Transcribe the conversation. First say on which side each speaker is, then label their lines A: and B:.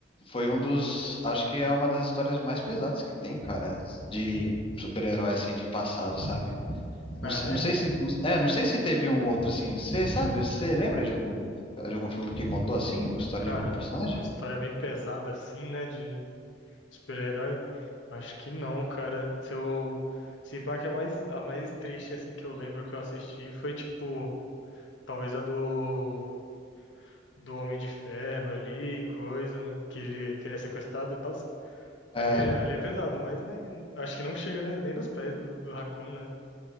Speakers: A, on the left; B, on the left.
A: foi um dos, acho que é uma das histórias mais pesadas que tem, cara, de super-herói assim de passado, sabe? Não,
B: Ah,
A: se-
B: é?
A: não sei se é, não sei se teve um outro assim. Você sabe? Você lembra de algum de algum filme que contou assim, a história
B: Cara,
A: de algum personagem?
B: uma história bem pesada assim, né? De super-herói. Acho que não, cara. Se eu... Se pá que a mais, a mais triste, assim, que eu lembro que eu assisti foi, tipo, talvez a do, do Homem de Ferro ali, coisa, né? Que ele, que ele é sequestrado e tal.
A: É,
B: Ali é, ali é pesado, mas nem, acho que não chega nem, nem nos pés do, do Raccoon, né?